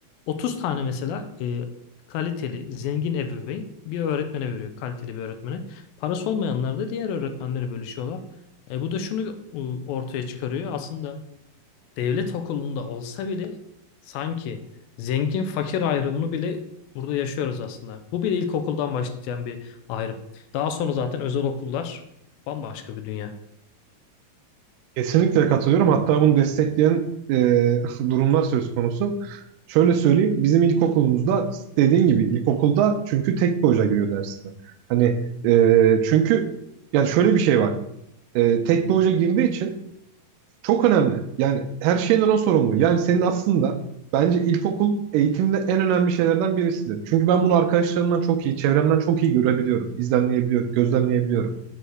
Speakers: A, on the left (about 80°); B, on the right (about 80°).
A: 30 tane mesela e, kaliteli, zengin ebeveyn bir öğretmene veriyor. Kaliteli bir öğretmene. Parası olmayanlar da diğer öğretmenlere bölüşüyorlar. E, bu da şunu e, ortaya çıkarıyor. Aslında devlet okulunda olsa bile sanki zengin fakir ayrımını bile burada yaşıyoruz aslında. Bu bile ilkokuldan başlayan bir ayrım. Daha sonra zaten özel okullar bambaşka bir dünya.
B: Kesinlikle katılıyorum. Hatta bunu destekleyen e, <laughs> durumlar söz konusu. Şöyle söyleyeyim. Bizim ilkokulumuzda dediğin gibi ilkokulda çünkü tek bir hoca giriyor dersine. Hani e, çünkü yani şöyle bir şey var. E, tek bir hoca girdiği için çok önemli. Yani her şeyden o sorumlu. Yani senin aslında bence ilkokul eğitimde en önemli şeylerden birisidir. Çünkü ben bunu arkadaşlarımdan çok iyi, çevremden çok iyi görebiliyorum. izlemleyebiliyorum, gözlemleyebiliyorum.